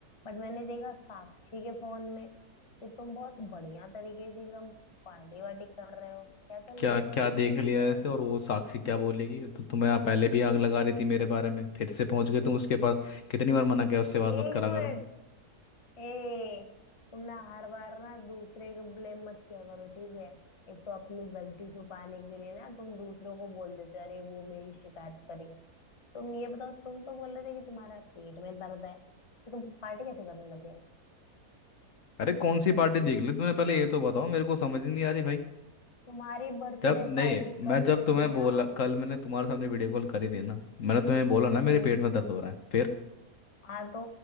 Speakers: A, on the left (about 30°); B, on the left (about 60°).
A: बट मैंने देखा साक्षी के फोन में कि तुम बहुत बढ़िया तरीके से एकदम पार्टी वार्टी कर रहे हो क्या चल
B: क्या
A: रहा है
B: क्या
A: क्या-
B: देख लिया
A: क्या-
B: ऐसे और वो साक्षी क्या बोलेगी तो तुम्हें आप पहले भी आग लगा रही थी मेरे बारे में फिर से पहुंच गए तुम उसके पास कितनी बार मना किया उससे बात
A: एक
B: मत करा
A: मिनट
B: करो
A: ए तुम ना हर बार ना दूसरे को ब्लेम मत किया करो ठीक है एक तो अपनी गलती छुपाने के लिए ना तुम दूसरों को बोल देते हो अरे वो मेरी शिकायत करे तुम ये बताओ तुम तो बोल रहे थे कि तुम्हारा पेट में दर्द है तो तुम पार्टी कैसे करने लगे
B: अरे कौन सी पार्टी देख ली तुमने पहले ये तो बताओ मेरे को समझ नहीं आ रही भाई
A: तुम्हारी बर्थडे
B: जब नहीं
A: पार्टी कल
B: मैं जब
A: थी
B: तुम्हें बोला
A: ना
B: कल मैंने तुम्हारे सामने वीडियो कॉल करी थी ना मैंने तुम्हें बोला ना
A: हम्म
B: मेरे पेट में दर्द हो रहा है फिर
A: हाँ तो